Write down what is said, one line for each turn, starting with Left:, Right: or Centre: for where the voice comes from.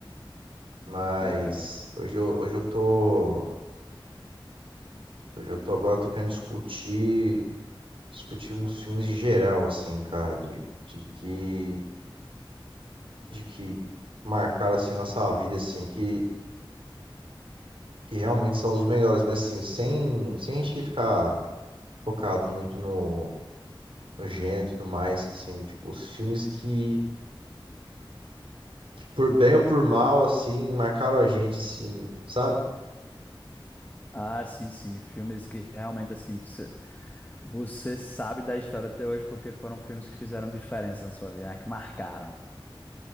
Right: mas
Left: Pô, cara.
Right: hoje eu, hoje eu tô, hoje eu tô agora, eu tô querendo discutir, discutir uns filmes em geral, assim, cara, de, de que, de que marcaram, assim, nossa vida, assim, que, que realmente são os melhores, mas, assim, sem, sem a gente ficar focado muito no, no gênero e tudo mais, assim, tipo, os filmes que que por bem ou por mal, assim, marcaram a gente, assim, sabe?
Left: Ah, sim, sim. Filmes que realmente, assim, você, você sabe da história até hoje porque foram filmes que fizeram diferença na sua vida, né? Que marcaram.